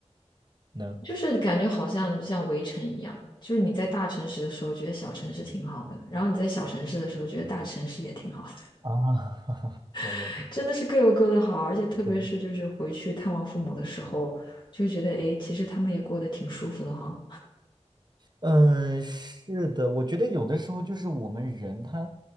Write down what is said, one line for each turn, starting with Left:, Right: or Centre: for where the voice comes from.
Right: 呢？
Left: 就是感觉好像像围城一样，就是你在大城市的时候觉得小城市挺好的，然后你在小城市的时候觉得大城市也挺好的，
Right: 啊，<laughs> 对对对
Left: <laughs> 真的是各有各的好，而且特别是就是回去探望父母的时候，
Right: 对，
Left: 就会觉得诶，其实他们也过得挺舒服的哈。
Right: 嗯，是的，我觉得有的时候就是我们人他